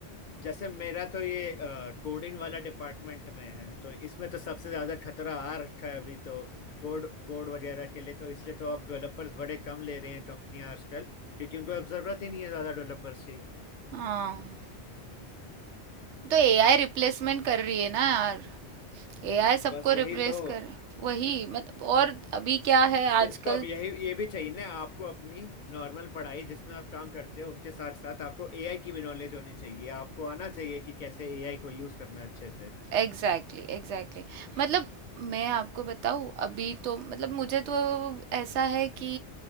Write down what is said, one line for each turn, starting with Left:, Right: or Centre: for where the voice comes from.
Left: जैसे मेरा तो ये कोडिंग वाला डिपार्टमेंट में है तो इसमें तो सबसे ज्यादा खतरा आ रखा है अभी तो कोड कोड वगैरह के लिए तो इसलिए तो अब डेवलपर्स बड़े कम ले रहे हैं कंपनियां आजकल क्योंकि उनको अब जरूरत ही नहीं है ज्यादा डेवलपर्स की
Right: हाँ तो एआई रिप्लेसमेंट कर रही है ना यार एआई सबको
Left: बस वही
Right: रिप्लेस
Left: तो
Right: कर वही मतलब और अभी क्या है
Left: तो,
Right: आजकल
Left: तो अब यही ये भी चाहिए ना आपको अपनी नॉर्मल पढ़ाई जिसमें आप काम करते हो उसके साथ साथ आपको एआई की भी नॉलेज होनी चाहिए आपको आना चाहिए कि कैसे एआई को यूज करना है अच्छे से
Right: Exactly exactly मतलब मैं आपको बताऊं अभी तो मतलब मुझे तो ऐसा है कि